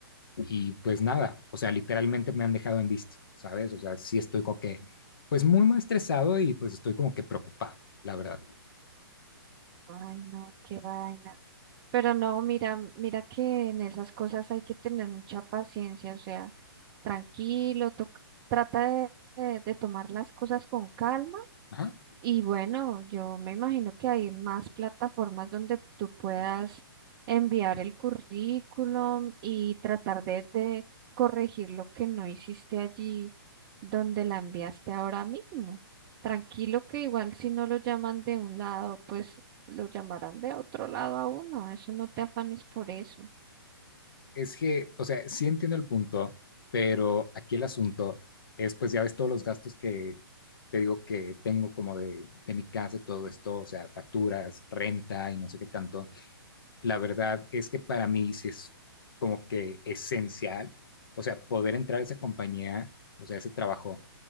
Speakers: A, on the left (about 65°); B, on the right (about 30°).
A: Y pues nada, o sea, literalmente me han dejado en visto, ¿sabes? O sea, sí estoy como que, pues muy, muy estresado y pues estoy como que preocupado, la verdad.
B: Ay, no, qué vaina. Pero no, mira, mira que en esas cosas hay que tener mucha paciencia, o sea, tranquilo, toca- trata de de- de tomar las cosas con calma
A: Ajá.
B: Y bueno, yo me imagino que hay más plataformas donde tú puedas enviar el currículum y tratar de, de corregir lo que no hiciste allí donde la enviaste ahora mismo. Tranquilo que igual si no lo llaman de un lado, pues lo llamarán de otro lado a uno. Eso no te afanes por eso.
A: Es que, o sea, sí entiendo el punto, pero aquí el asunto es, pues ya ves todos los gastos que te digo que tengo como de, de mi casa y todo esto, o sea, facturas, renta y no sé qué tanto. La verdad es que para mí sí es como que esencial, o sea, poder entrar a esa compañía, o sea, ese trabajo,